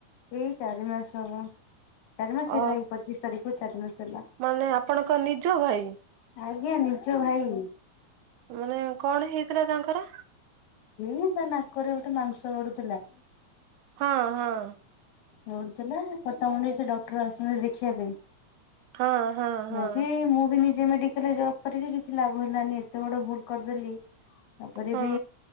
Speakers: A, on the left; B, on the right.
A: ଏଇ ଚାରି ମାସ ହବ। ଚାରି ମାସ ହେଲାଣି
B: ଓ
A: ଏଇ ପଚିଶ ତାରିଖ କୁ ଚାରି ମାସ ହେଲା।
B: ମାନେ ଆପଣଙ୍କ ନିଜ ଭାଇ?
A: ଆଜ୍ଞା ନିଜ ଭାଇ।
B: ମାନେ କଣ ହେଇଥିଲା ତାଙ୍କର?
A: ଏ ତା ନାକରେ ଗୋଟେ ମାଂସ ବଢ଼ୁଥିଲା
B: ହଁ ହଁ।
A: ବଢ଼ୁଥିଲା ପଟାମୁଣ୍ଡିରେ ସେ ଡକ୍ଟର ଆସୁଛନ୍ତି ଦେଖିବା ପାଇଁ
B: ହଁ ହଁ ହଁ
A: ମୁଁ ବି ମୁଁ ବି ନିଜେ ମେଡିକାଲରେ ଜବ କରିକି କିଛି ଲାଭ ହେଲାନି ଏତେ ବଡ ଭୁଲ କରିଦେଲି। ତାପରେ
B: ହଁ।
A: ବି